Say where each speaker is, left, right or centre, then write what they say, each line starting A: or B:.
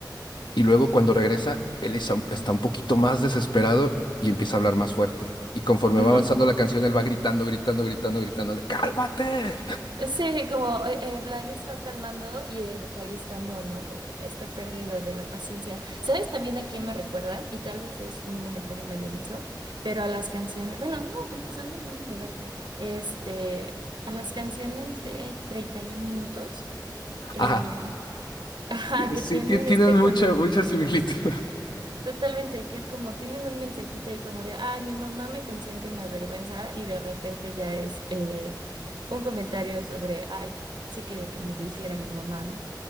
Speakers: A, on the left (about 75°); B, on the right (about 75°).
A: Y luego cuando regresa, él es- está un poquito más desesperado y empieza a hablar más fuerte. Y conforme
B: ujú.
A: va avanzando la canción, él va gritando, gritando, gritando, gritando de ¡Cálmate!
B: Sí, como eh, eh, Vladimir se va calmando y el vocalista no, ¿no? Como esta pérdida de la paciencia. ¿Sabes también a quién me recuerdan? Y tal vez es un comentario medio menso, pero a las canciones, bueno, no, porque son del mismo lugar, creo. Este, a las canciones de treinta y un minutos, eh,
A: Ajá.
B: <laughs> ajá,
A: Sí,
B: que
A: sí,
B: tienen
A: ti- tienes
B: este
A: mucha,
B: comentario.
A: mucha similitud. <laughs>
B: Totalmente, que es como tienen un mensajito ahí como de, ay, mi mamá me consiente y me avergüenza, y de repente ya es eh, un comentario sobre, ay, sí quería que me hiciera mi mamá, ¿no?